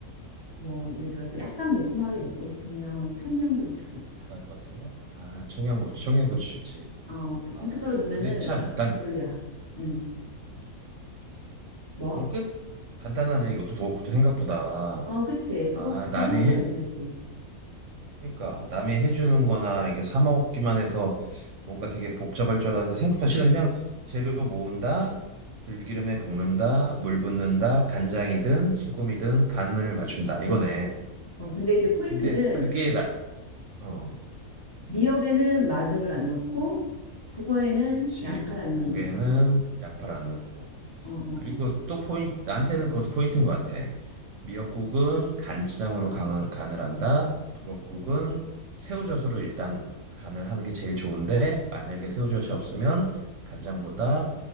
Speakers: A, on the left; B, on the right.
A: 뭐 예를 들어서 약간 매콤하게 먹고 싶으면 청양고추 넣고,
B: 가루 같은 거? 아, 청양고추, 청양고추지.
A: 어, 부-
B: 아,
A: 고춧가루 넣으면은
B: 근데 참,
A: 아,
B: 난,
A: 별로야. 음
B: 음,
A: 뭐?
B: 그럼 끝? 간단하네, 이것도 부엌국도 생각보다.
A: 어, 그치. 북엇국도
B: 아, 남이
A: 생각보다
B: 해,
A: 괜찮지.
B: 그러니까 남이 해주는 거나 이게 사 먹기만 해서 뭔가 되게 복잡할 줄 알았는데 생각보다 쉬 그냥 재료 모은다, 들기름에 볶는다, 물 붓는다, 간장이든 수금이든 간을 맞춘다 이거네.
A: 어, 근데 이제 포인트는
B: 근데 그게 나, 어,
A: 미역에는 마늘을 안 넣고, 북어에는
B: 그렇지.
A: 양파를
B: 북엇국에는
A: 안 넣는 거지.
B: 양파를 안 넣고.
A: 어, 어,
B: 그리고
A: 어.
B: 또 포인트, 나한테는 그것도 포인트인 것 같아. 미역국은 간장으로 간, 간을 한다. 북엇국은 새우젓으로 일단 간을 하는 게 제일 좋은데 만약에 새우젓이 없으면 간장보다